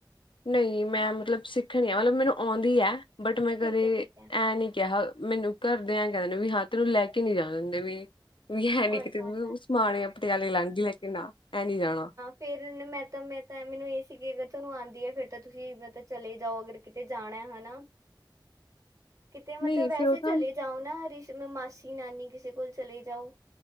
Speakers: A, on the left (about 90°); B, on the right (about 40°).
A: ਨਈਂ, ਮੈਂ ਮਤਲਬ ਸਿੱਖਣੀ ਮਤਲਬ ਮੈਨੂੰ ਆਉਂਦੀ ਐ। ਬਟ ਮੈਂ ਕਦੇ
B: ਠੀਕ ਹੈ ਠੀਕ ਹੈ
A: ਐਂ ਨੀ ਕਿਹਾ ਮੈਨੂੰ ਘਰਦਿਆਂ ਏ ਕੇਦੇਣੇ ਵੀ ਹਾਂ ਤੇਨੂੰ ਲੈ ਕੇ ਨੀ ਜਾਨ ਦਿੰਦੇ ਵੀ ਵੀ ਹੈ ਨੀ ਕਿਤੇ
B: ਅੱਛਾ
A: ਵੀ
B: ਅੱਛਾ
A: ਸਮਾਨ ਪਟਿਆਲੇ ਲੰਘ ਜੂ ਲੈ ਕੇ ਨਾ ਐਂ ਨੀ ਜਾਣਾ।
B: ਫੇਰ ਮੈਂ ਤਾਂ ਮੈਂ ਤਾਂ ਮੈਨੂੰ ਇਹ ਸੀ ਕਿ ਅਗਰ ਤੁਹਾਨੂੰ ਆਂਦੀ ਐ ਫੇਰ ਤਾਂ ਤੁਸੀਂ ਮੈਂ ਚਲੇ ਜਾਓ ਅਗਰ ਕਿਤੇ ਜਾਣਾ ਹਨਾ।
A: <unintelligible>
B: ਕਿਤੇ ਮਤਲਬ
A: ਨਹੀਂ
B: ਵੈਸੇ
A: ਫਿਰ ਉਹ ਤਾਂ
B: ਚਲੇ ਜਾਓ ਨਾ ਰਿਸ਼ ਮਾਸੀ, ਨਾਨੀ ਕਿਸੇ ਕੋਲ ਚਲੇ ਜਾਓ।